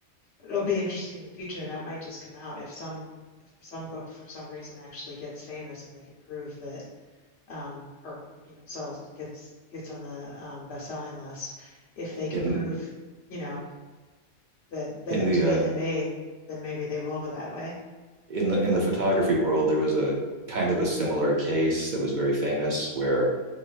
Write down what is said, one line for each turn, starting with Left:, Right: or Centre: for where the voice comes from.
Left: It'll be interesting in the future. That might just come out if some if some book for some reason actually gets famous and they can prove that um or you know sells gets gets on the um best-selling list if they can
Right: in
Left: prove you know than that
Right: in
Left: it
Right: the
Left: was mainly
Right: uh,
Left: made, then maybe they will go that way.
Right: in the in the photography world, there was a kind of a similar case that was very famous where